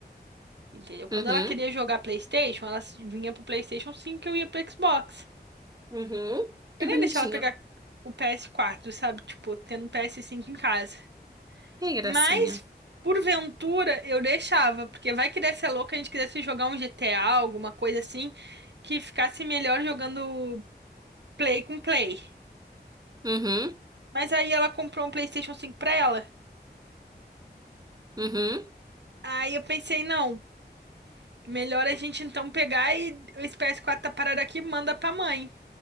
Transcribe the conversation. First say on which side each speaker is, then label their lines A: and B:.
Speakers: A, on the right; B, on the right.
A: entendeu? Quando
B: uhum,
A: ela queria jogar PlayStation, ela vinha pro PlayStation cinco e eu ia pro Xbox.
B: uhum. Que
A: Eu
B: bonitinho.
A: nem ia deixar ela pegar o ps quatro sabe? Tipo, tendo um ps cinco em casa.
B: Que gracinha.
A: Mas, porventura, eu deixava, porque vai que desse a louca, a gente quisesse jogar um GTA, alguma coisa assim, que ficasse melhor jogando Play com Play.
B: Uhum,
A: Mas aí ela comprou um PlayStation cinco pra ela.
B: uhum.
A: Aí eu pensei, não, melhor a gente então pegar e esse ps quatro tá parado aqui, manda pra mãe.